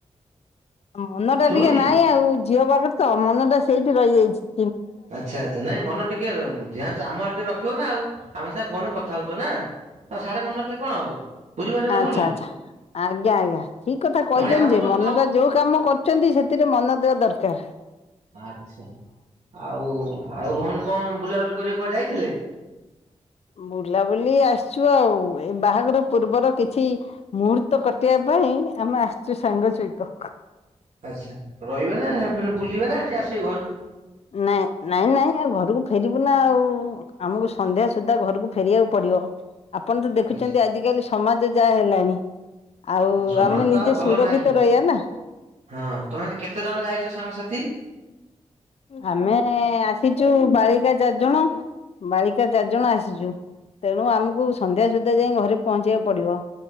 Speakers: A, on the left; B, on the right.
A: ମନଟା
B: ଶୁଭୁଛି?
A: ଟିକେ ନାଇଁ ଆଉ ଝିଅବାହାଘର ତ ମନଟା ସେଇଠି ରହିଯାଇଚି।
B: ଆଚ୍ଛା ଆଚ୍ଛା ନାଇଁ ମନ ଟିକେ ଧ୍ୟାନସ ଆମ ଆଡେ ଟିକେ ରଖ। ସୁଅ ନା ଆଉ ଆମେ ସାଙ୍ଗେ ଫୋନରେ କଥା ହଉଚନା ସାଡେ ମନେ ରଖିଲେ କଣ ହବ। ବୁଝିପାରୁଚନା
A: ଆଚ୍ଛା
B: ଭଉଣୀ।
A: ଆଚ୍ଛା। ଆଜ୍ଞା ଆଜ୍ଞା ଠିକ କଥା କହିଛନ୍ତି
B: ଭଉଣୀ ଆଉ
A: ଯେ।
B: ସବୁ
A: ମନଟା
B: କଣ
A: ଯୋଉ କାମ କରୁଚନ୍ତି ସେଥିରେ ମନ ଦେବା ଦର କାର
B: ଆଚ୍ଛା ଆଉ ଆଉ ଭଉଣୀ କଣ ବୁଲାବୁଲି କରିବାକୁୁ କୁଆଡେ ଯାଇଥିଲେ?
A: ବୁଲାବୁଲି ଆସିଛୁ ଆଉ। ଏ ବାହାଘର ପୂର୍ବର କିଛି ମୁହୂର୍ତ୍ତ କଟିବା ପାଇଁ ଆମେ ଆସଚୁ ସାଙ୍ଗ ସହିତ।
B: ଆଚ୍ଛା ରହିବେ ନା ପୁଣି ବୁଲିବେ ନା ଆଜି ଆସିବେ ଘରକୁ।
A: ନାଇଁ ନାଇଁ ନାଇଁ ଆଉ ଘରକୁ ଫେରିବୁ ନା ଆଉ। ଆମକୁ ସନ୍ଧ୍ୟା ସୁଦ୍ଧା ଘରକୁ ଫେରିବାକୁ ପ ଡିବ। ଆପଣ ତ ଦେଖୁଛନ୍ତି
B: ଆଚ୍ଛା
A: ଆଜିିକାଲି ସମାଜ ଯାହା ହେଲାଣି। ଆଉ
B: ସମାଜ
A: ଆମେ
B: ତ
A: ନିଜେ
B: ଆଉ ଭଲ
A: ସୁରକ୍ଷିତ
B: ନାହିଁ
A: ରଇବା ନା।
B: ହଁ ତମେ ଏମତି କେତେ ଜଣ ଯାଇଚ ସାଙ୍ଗସାଥି?
A: ହାନ ଆମେ ଆସିଚୁ ବାଳିକା ଚାରି ଜଣ। ବାଳିକା ଚାରି ଜଣ ଆସିଚୁ। ତେଣୁ ଆମକୁ ସନ୍ଧ୍ୟା ସୁଦ୍ଧା ଯାଇଙ୍କି ଘରେ ପହଞ୍ଚିବାକୁ ପଡିବ।